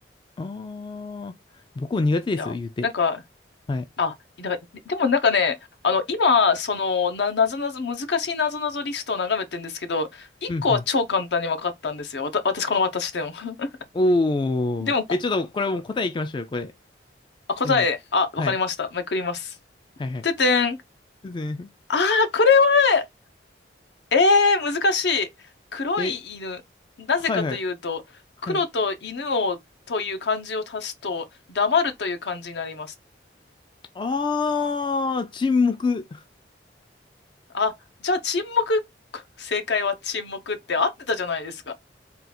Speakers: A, on the left; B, on the left.
A: ああ。僕も苦手ですよ、
B: いや、
A: 言うて。
B: なんか、
A: はい。
B: あ、なんか、でもなんかね、あの、今、その、な、なぞなぞ、難しいなぞなぞリストを眺めてるんですけど、一個は超簡単に分かったんですよ。
A: うんうん
B: わた、私、この私でも。<laughs>
A: おー。
B: でもこ、
A: え、ちょっとこれもう答えいきましょうよ、これ。
B: あ、答え、
A: もう。
B: あ、わかりました。
A: はい。
B: めくります。
A: はいはい。
B: ててん。
A: 全然
B: あー、これは、えー、難しい。黒い犬。
A: え、
B: なぜかというと、
A: はいはい。はい。
B: 黒と犬をという漢字を足すと、黙るという漢字になります。
A: あー、沈黙。
B: あ、じゃあ沈黙、正解は沈黙って合ってたじゃないですか。